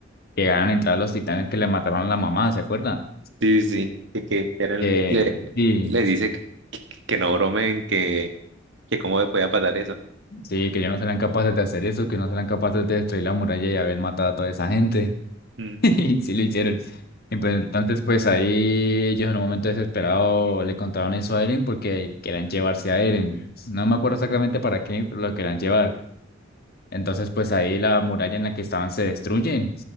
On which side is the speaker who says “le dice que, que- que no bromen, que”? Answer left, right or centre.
Right